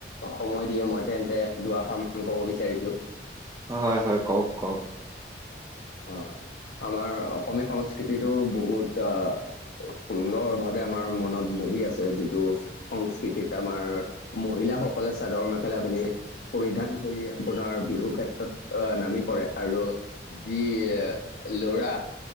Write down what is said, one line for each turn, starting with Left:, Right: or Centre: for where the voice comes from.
Left: সময় দিয়ে মই তেন্তে দুৱাশাৰ ক'ব বিচাৰিছো
Right: হয় হয় কওক কওক
Left: অ আমাৰ অসমীয়া সংস্কৃতিটো বহুত আহ সুন্দৰ ভাৱে আমাৰ মনত বহি আছে যিটো সংস্কৃতিত আমাৰ মহিলা মহিলাসকলে চাদৰ মেখেলা পিন্ধি পৰিধান কৰি আপোনাৰ বিহু ক্ষেত্ৰত আহ নামি পৰে আৰু যি লৰা